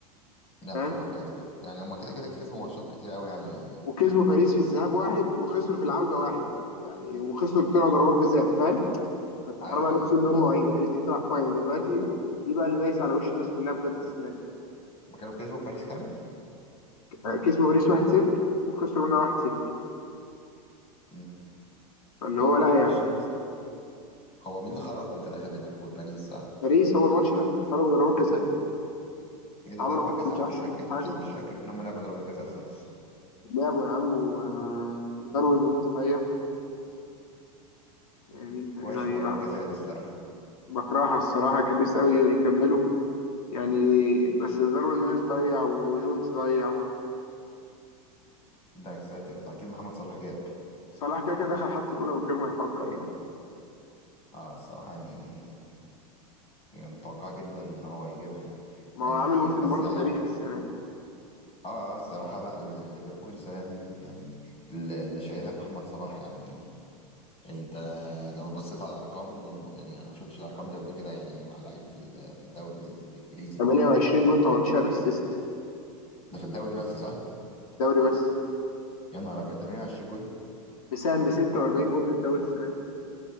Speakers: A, on the left (about 30°); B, on the left (about 75°).
A: يا
B: فاهم
A: نهار ابيض كده يعني هما كده كده كسبوا ماتشات كتير قوي يعني
B: وكسبوا باريس في الذهاب واحد وخسروا في العودة واحد يعني وخسروا طلعوا ضربات جزاء فاهم فانت
A: ايوه
B: حرام عليك
A: ايوه
B: تقول ان هم واعيين باريس دي بتلعب فاينل دلوقتي ودي بقى اللي دايسه على وش الناس كلها بجد السنه دي
A: ما كانوا كسبوا باريس كام؟
B: آه، كسبوا باريس 1-0 وخسروا منها 1-0
A: مم،
B: فاللي هو
A: طب
B: لا
A: وحش
B: يعني
A: هو مين اللي خرجهم في الاخر ليفربول باريس صح؟
B: باريس هو الماتش ده خرجوا ضربات جزاء
A: ايه ده
B: عملوا
A: ضربات
B: ماتش
A: جزاء
B: مش
A: انا
B: احسن
A: مش فاكر
B: حاجه
A: مش, مش فاكر ان هم لعبوا ضربات جزاء خالص
B: لعبوا يا عم وداروين نونيز ضيع آه، مين تاني
A: وحشه
B: ضيع
A: ضربات جزاء دي الصراحه
B: بكرهها الصراحه كان لسه قوي يكملوا يعني بس داروين نونيز ضيع وجونز ضيع
A: ده يا ساتر ده اكيد محمد صلاح جاب
B: صلاح كده كده دخل حتى الأولى من غير ما يفكر يعني
A: اه الصراحه يعني يعني متوقع جدا ان هو يجيبها يعني
B: ما هو عامل موسم
A: يعني بس
B: برضه
A: يعني
B: تاريخي
A: اه
B: السنة دي
A: اه الصراحه لا ليفربول السنه دي يعني اللي اللي شايلها محمد صلاح يعني يعني انت لو بصيت على ارقامه يعني انا ما شفتش الارقام دي قبل كده يعني مع لعيب في ال- في الدوري الانجليزي
B: 28 جون 18 اسيست
A: ده في الدوري بس صح
B: دوري بس
A: يا نهار ابيض 28 جول
B: مساهم ب 46 جون في الدوري السنة دي